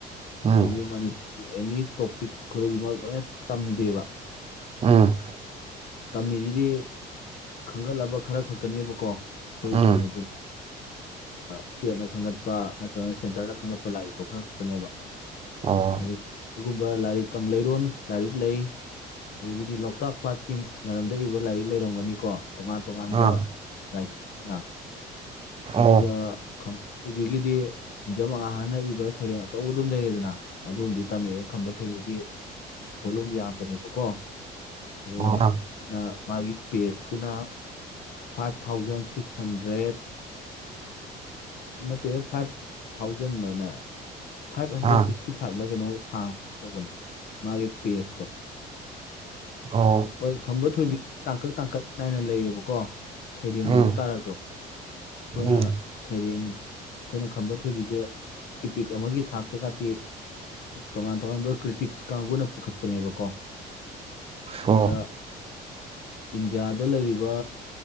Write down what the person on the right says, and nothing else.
ꯎꯝ
ꯑ
ꯎꯝ
ꯑꯣ
ꯑꯥ
ꯑꯣ
ꯑꯥ
ꯑꯥ
ꯑꯣ
ꯎꯝ
ꯎꯝ
ꯑꯣ